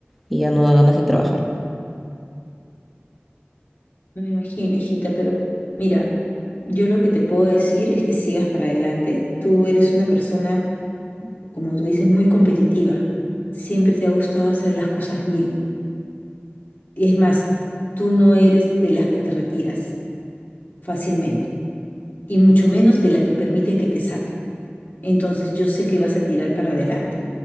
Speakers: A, in the centre; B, on the left (about 55°).
A: y ya no da ganas de trabajar.
B: No me imagino, hijita, pero mira, yo lo que te puedo decir es que sigas para adelante. Tú eres una persona, como tú dices, muy competitiva. Siempre te ha gustado hacer las cosas bien. Y es más, tú no eres de las que te retiras fácilmente y mucho menos de las que permiten que te saquen. Entonces, yo sé que vas a tirar para adelante.